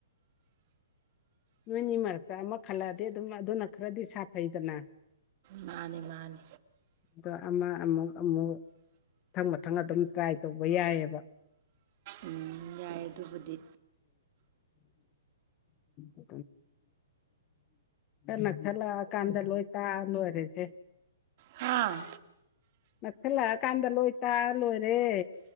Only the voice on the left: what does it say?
ꯅꯣꯏꯅꯤ ꯃꯔꯛꯇ ꯑꯃꯛ ꯈꯜꯂꯛꯑꯗꯤ ꯑꯗꯨꯝ ꯑꯗꯨꯅ ꯈꯔꯗꯤ ꯁꯥꯐꯩꯗꯅ
ꯑꯗꯣ ꯑꯃ ꯑꯃꯨꯛ ꯑꯃꯨꯛ ꯃꯊꯪ ꯃꯊꯪ ꯑꯗꯨꯝ ꯇ꯭ꯔꯥꯏ ꯇꯧꯕ ꯌꯥꯏꯌꯦꯕ
ꯎ ꯀꯟꯅ ꯊꯠꯂꯛꯑꯀꯥꯟꯗ ꯂꯣꯏ ꯇꯥꯛꯑ ꯂꯣꯏꯔꯁꯦ
ꯅꯛꯁꯜꯂꯛꯑꯀꯥꯟꯗ ꯂꯣꯏ ꯇꯥꯛꯑ ꯂꯣꯏꯔꯦ